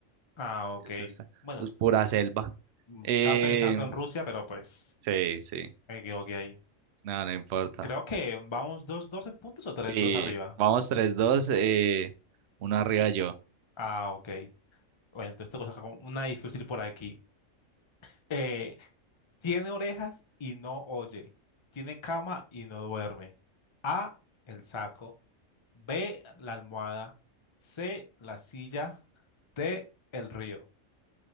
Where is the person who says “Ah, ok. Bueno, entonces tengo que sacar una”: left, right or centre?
Left